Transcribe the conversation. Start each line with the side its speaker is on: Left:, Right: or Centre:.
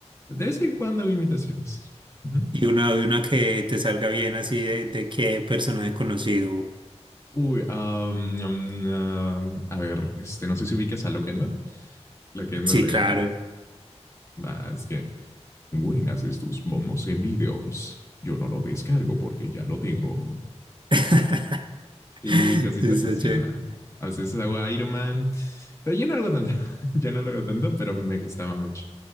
Left: de vez en cuando hago imitaciones. Ujú.
Right: Y una, y una que te salga bien así de, de qué personaje conocido.
Left: Uy, am, am, am, a ver, este, no sé si ubicas a Loquendo. Loquendo
Right: Sí,
Left: de,
Right: claro.
Left: ah, es que, buenas estos momos en vídeos. Yo no lo descargo porque ya lo tengo.
Right: <laughs>
Left: Y cositas
Right: Sí, está
Left: así,
Right: chévere.
Left: ¿no? A veces hago Iron Man, pero yo no lo hago tanto, <laughs> ya no lo hago tanto, pero me gustaba mucho.